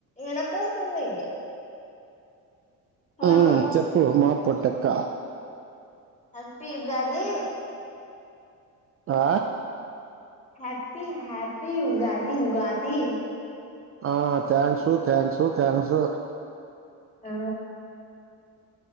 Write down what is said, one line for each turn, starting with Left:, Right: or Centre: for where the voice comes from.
Left: వినపడుతుంది హలో
Right: ఆ హ చెప్పు మా పొటక్క
Left: హప్పి యుగాది
Right: ఆ
Left: హ్యాపీ హ్యాపీ ఉగాది ఉగాది
Right: ఆ థ్యాంక్సు థ్యాంక్సు థ్యాంక్స్
Left: ఆ